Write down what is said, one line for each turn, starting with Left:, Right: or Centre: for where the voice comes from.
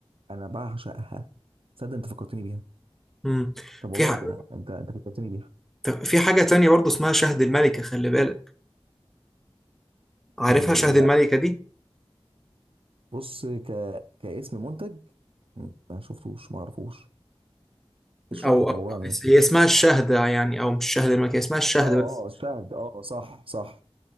Right: انا بعشقها تصدق انت فكرتني بيها
Centre: مم.
Right: طب والله
Centre: في ح...
Right: لا كده انت انت فكرتني بيها
Centre: طب في حاجة تانية برضه اسمها شهد الملكة خلي بالك عارفها
Right: مم،
Centre: شهد الملكة
Right: لا
Centre: دي
Right: بص ك... كاسم منتج مم، ما شفتوش ما اعرفوش اشرح
Centre: أو
Right: لي طب
Centre: أو-
Right: عباره عن ايه
Centre: هي اسمها الشهدة يعني أو مش شهد الملكة هي اسمها الشهد
Right: اه
Centre: بس
Right: اه الشهد اه صح صح